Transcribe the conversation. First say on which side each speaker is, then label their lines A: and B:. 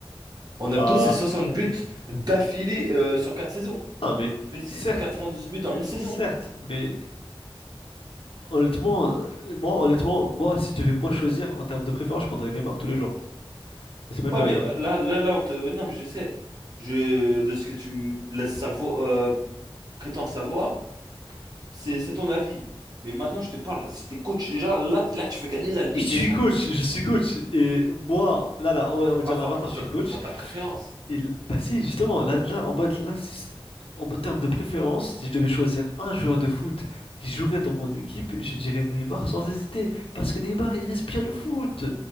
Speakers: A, on the right; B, on the left.
A: Ronaldo,
B: Bah...
A: c'est 60 buts d'affilée euh, sur 4 saisons.
B: Non mais...
A: Messi,
B: Certes,
A: c'est 92 buts en une saison.
B: Certes, mais honnêtement, euh, moi, honnêtement, moi, si je devais moi choisir en termes de préférence, je prendrais Neymar tous les jours. Mais C'est pas une
A: Ouais,
B: blague,
A: mais
B: hein.
A: là, là, là, on te... euh, Non, mais je sais. Je... De ce que tu me laisses savo- euh, prétendre savoir, c'est c'est ton avis. Mais maintenant, je te parle. Si t'es coach, déjà, là, là, tu veux gagner la Ligue
B: Oui, je
A: des
B: suis
A: Champions.
B: coach, je suis coach. Et moi, là, là, on
A: Mais
B: va,
A: tu
B: on
A: vas
B: va
A: pas
B: dire
A: voir
B: là maintenant,
A: pour
B: je
A: ta,
B: suis coach.
A: pour ta préférence.
B: Il... Bah si, justement, là, là en mode, là, si- en mode terme de préférence, si je devais choisir un joueur de foot qui jouerait dans mon équipe, je dirais Neymar sans hésiter. Parce que Neymar, il respire le foot.